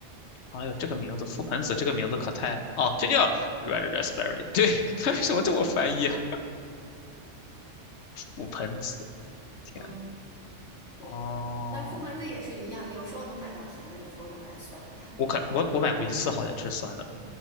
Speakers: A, on the left; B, in the centre.
A: 哎呦，这个名字，覆盆子这个名字可太……哦，这叫 red raspberry。对，<laughs> 它为什么这么翻译啊？
B: 嗯嗯嗯，
A: 覆盆子，天呐
B: 嗯，对，
A: 哦，
B: 但是覆盆子也是一样，有时候能买到甜的，有时候能买酸的。
A: 我可我我买过一次，好像就是酸的。